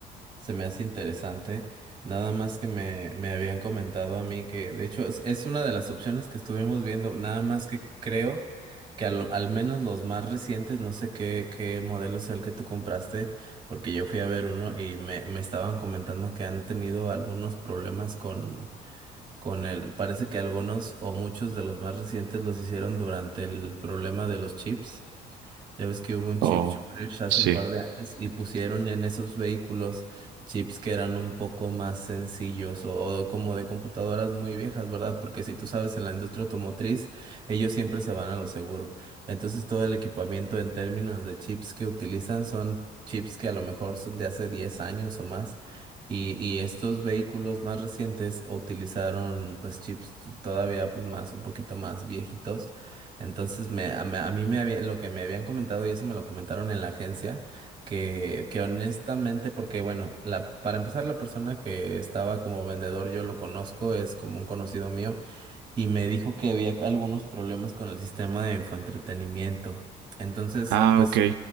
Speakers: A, on the right; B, on the right.
A: Se me hace interesante, nada más que me, me habían comentado a mí que, de hecho, es, es una de las opciones que estuvimos viendo, nada más que creo que al, al menos los más recientes, no sé qué, qué modelo sea el que tú compraste, porque yo fui a ver uno y me, me estaban comentando que han tenido algunos problemas con, con el, parece que algunos o muchos de los más recientes los hicieron durante el problema de los chips. Ya ves que hubo un chip
B: Oh,
A: shortage hace
B: sí.
A: un par de años y pusieron en esos vehículos chips que eran un poco más sencillos o, o como de computadoras muy viejas, ¿verdad? Porque si tú sabes, en la industria automotriz, ellos siempre se van a lo seguro. Entonces, todo el equipamiento en términos de chips que utilizan son chips que a lo mejor son de hace 10 años o más. Y, y estos vehículos más recientes utilizaron pues chips t- todavía pues más un poquito más viejitos entonces me, a, me- a mí me había, lo que me habían comentado y eso me lo comentaron en la agencia, que, que honestamente, porque bueno, la, para empezar la persona que estaba como vendedor, yo lo conozco, es como un conocido mío, y me dijo que había algunos problemas con el sistema de infoentretenimiento. Entonces,
B: Ah,
A: pues
B: ok.